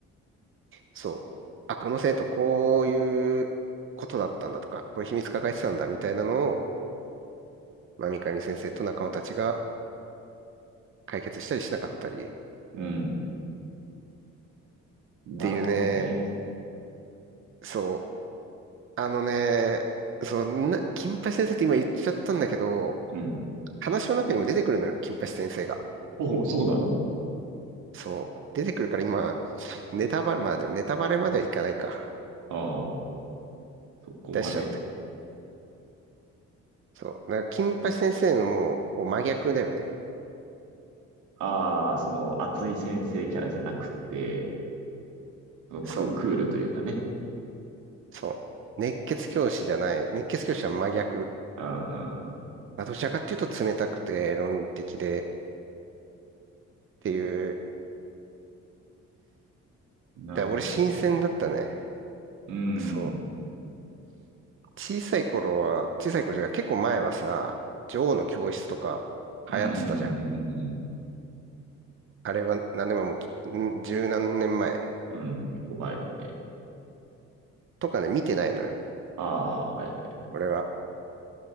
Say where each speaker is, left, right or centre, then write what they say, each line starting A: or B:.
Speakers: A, on the right; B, on the right.
A: そう。あ、この生徒、こういうことだったんだとか、こういう秘密抱えてたんだみたいなのを、まあ、三上先生と仲間たちが解決したりしなかったりっ
B: うん、うんなるほどね。
A: ていうね、そう。あのね、そんな、金八先生って今言っちゃったんだけど、
B: うん。
A: 話の中にも出てくるのよ、金八先生が。
B: おお、そうなの
A: そう。出てくるから今、ネタバレ、まあでもネタバレまではいかないか。
B: ああー、そこまで。
A: 出しちゃって。そう。だから、金八先生のもう、こう真逆だよね。
B: ああ、その、熱い先生キャラじゃなくて、そのクー、
A: そう。
B: クールというかね。
A: そう。熱血教師じゃない。熱血教師は真逆。
B: あん、
A: まあ、どちらかっていうと冷たくて論理的でっていう。
B: なるほどね。
A: だから俺新鮮だったね。
B: うん。
A: そう。小さい頃は、小さい頃じゃない結構前はさ、女王の教室とか流行ってたじゃん。
B: うんうんうんうんうん。
A: あれは何年前も、ん十何年前
B: うん、結構前だね。
A: とかね、見てないのよ。
B: ああ、はいはいはい。
A: 俺は。